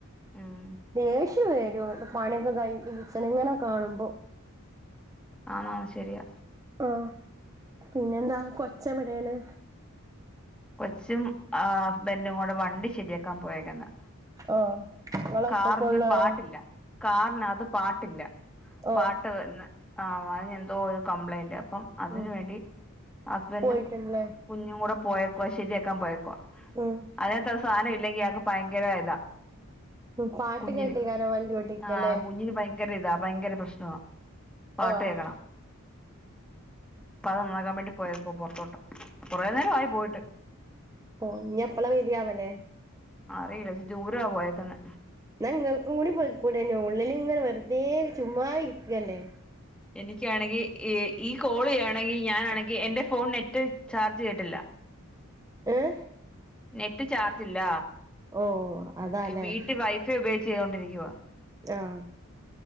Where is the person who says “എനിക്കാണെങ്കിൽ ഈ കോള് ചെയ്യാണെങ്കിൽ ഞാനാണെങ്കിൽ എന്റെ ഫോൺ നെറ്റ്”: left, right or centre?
Centre